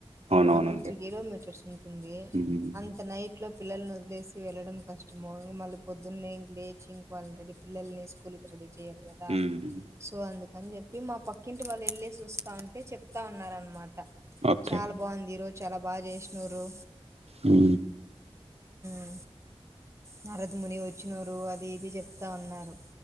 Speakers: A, on the right (about 80°); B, on the right (about 25°).
A: అవునవునండి.
B: ఒక టూ, త్రీ గిలోమీటర్స్ ఉంటుంది.
A: హ్మ్.
B: అంత నైట్లో పిల్లల్ను ఒద్లేసి వెళ్లడం క తుమోగ్ మళ్ళి పొద్దున్నే ఇం లేచి ఇంక్ వాళ్ళ్ని రెడి పిల్లల్ని స్కూల్కి రెడీ చేయల్ కదా
A: హ్మ్.
B: సో అందు అని చెప్పి మా పక్కింటి వాళ్ళు ఎళ్ళెసి వస్తాంటే చెప్తా ఉన్నారన్ మా ట
A: ఓకే.
B: చాలా బావుంద్ ఈ రో చాలా బా జెస్నొరు.
A: ఉ
B: ఉ నరద్ ముని వచ్చ్నోరు అది ఇది చెప్తా ఉన్నారు.